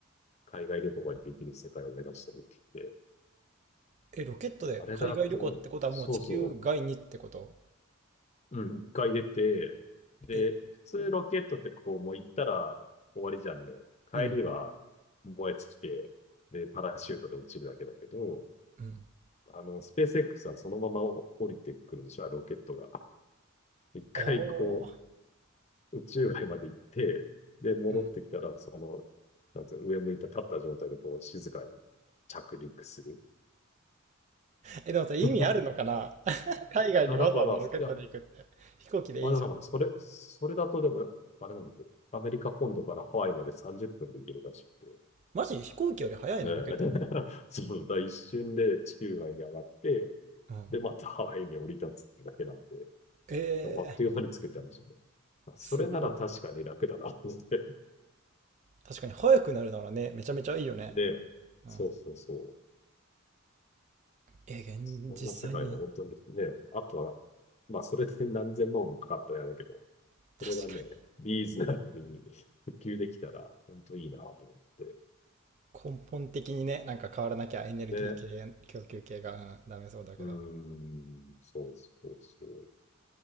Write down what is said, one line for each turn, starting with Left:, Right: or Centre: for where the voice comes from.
Left: 海外旅行ができる世界を目指してるって言って、
Right: え。え、ロケットで海外旅行ってことはもう地球外にってこと
Left: あれだと、そうそう、うん、一回出て、で、
Right: え、
Left: 普通ロケットってこう、もう行ったら終わりじゃんね。帰りは燃え尽きて、
Right: うん、
Left: で、パラシュートで落ちるだけだけど、
Right: うん。
Left: あの、スペース X はそのまま降りてくるんでしょ、ロケットが。一回こ
Right: おー。
Left: う、宇宙外まで行って、で、戻ってきたら、
Right: うん。
Left: その、なんつうの、上向いた立った状態でこう、静かに着陸する。
Right: え、でもさ、
Left: <laughs>
Right: 意味あるのかな <laughs> 海外にわざわざロケットで行くって。
Left: あだから、いや、
Right: 飛行機でいいじゃん。
Left: まあでもなんか、それ、それだとでも、あれなんだっけど、アメリカ本土からハワイまで30分で行けるらしくて、
Right: マジ飛行機より早いの、
Left: ええ
Right: ロケットの方
Left: <laughs> そう、だから一瞬で地球外に上がって、
Right: が。うん。
Left: で、またハワイに降り立つってだけなんで、
Right: えー、
Left: あっという間に作ったんですよね。それなら確かに楽だなって。
Right: すごい。
Left: <laughs>
Right: 確かに早くなるならね、めちゃめちゃいいよね。
Left: ねえ、
Right: うん。
Left: そうそうそう。
Right: え、現実際に。
Left: そんな世界が本当にね、あとは、まあそれで何千万もかかったやだけど、
Right: 確かに
Left: それがね、リーズナブルに普及できたら、本当いいなと思って。
Right: 根本的にね、なんか変わらなきゃエネルギー系、
Left: ね。
Right: 供給系が、うんダメそうだけど。
Left: うーん、そうそうそう。